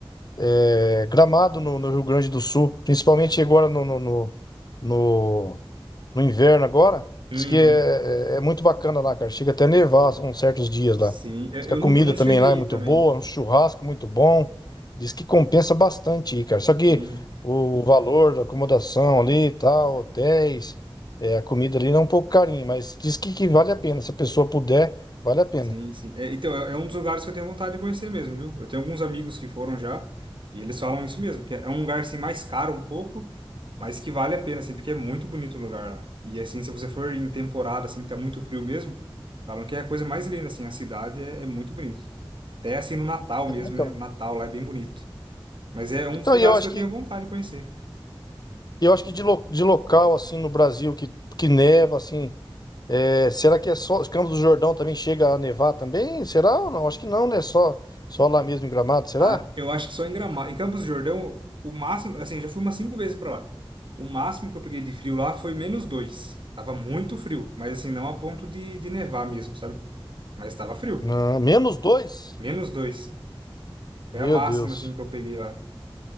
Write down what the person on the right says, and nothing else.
Uhum.
Sim,
eu,
eu
não, eu não cheguei
aí também.
Sim.
Sim, sim. É, então, é, é um dos lugares que eu tenho vontade de conhecer mesmo, viu? Eu tenho alguns amigos que foram já e eles falam isso mesmo, que é é um lugar assim mais caro um pouco, mas que vale a pena, assim, porque é muito bonito o lugar lá. E assim, se você for em temporada, assim, que tá muito frio mesmo, falam que é a coisa mais linda, assim, a cidade é, é muito bonito. Até assim no Natal mesmo,
né? O Natal lá é bem bonito. Mas é um
dos lugares
que eu
tenho vontade de conhecer.
Ah, eu acho que só em Gramado. Em Campos do Jordão, o máximo, assim, eu já fui umas cinco vezes pra lá. O máximo que eu peguei de frio lá foi menos dois. Tava muito frio, mas assim, não a ponto de, de nevar mesmo, sabe? Mas tava frio.
Menos dois. Foi
a máxima,
assim, que eu peguei lá.